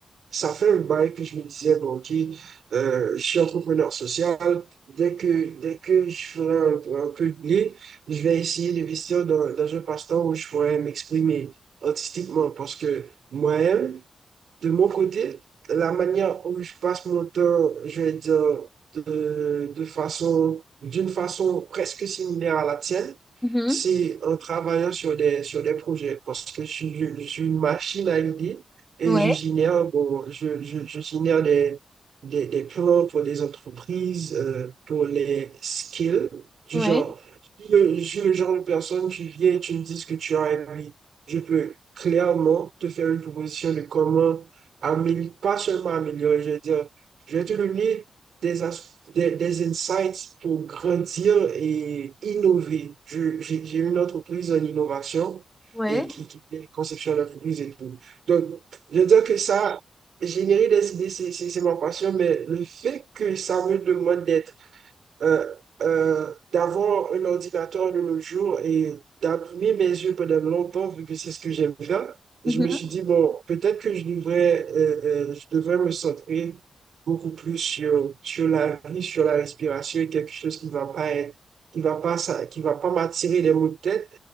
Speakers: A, on the right (about 75°); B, in the centre.
A: ça fait un bail que je me disais, bon, OK, euh, je suis entrepreneur social. Dès que, dès que je ferai un, un peu de blé, je vais essayer d'investir dans, dans un passe-temps où je pourrais m'exprimer artistiquement parce que moi-même, de mon côté, la manière où je passe mon temps, je vais dire, de, de façon, d'une façon presque similaire à la tienne,
B: mhm.
A: c'est en travaillant sur des, sur des projets, parce que je, suis je- suis une machine à idées et
B: Ouais,
A: je génère, bon, je, je, je génère des, des, des plans pour des entreprises, euh, pour les skills, du
B: ouais,
A: genre, je suis le je suis le genre de personne, tu viens et tu me dis ce que tu as envie. Je peux clairement te faire une proposition de comment amé- pas seulement améliorer, je veux dire, je vais te donner des, as- des, des insights pour grandir et innover. Je- J'ai j'ai une entreprise en innovation
B: ouais,
A: et qui, qui fait conception d'entreprise et tout. Donc, je veux dire que ça, générer des idées, c'est c'est- c'est ma passion, mais le fait que ça me demande d'être euh, euh, d'avoir un ordinateur de nos jours et d'imprimer mes yeux pendant longtemps, vu que c'est ce que j'aime faire.
B: mhm,
A: Je me suis dit, bon, peut-être que je devrais, euh, euh, je devrais me centrer beaucoup plus sur, sur la vie, sur la respiration, quelque chose qui va pas être, qui va pas, ça, qui va pas m'attirer les maux de tête.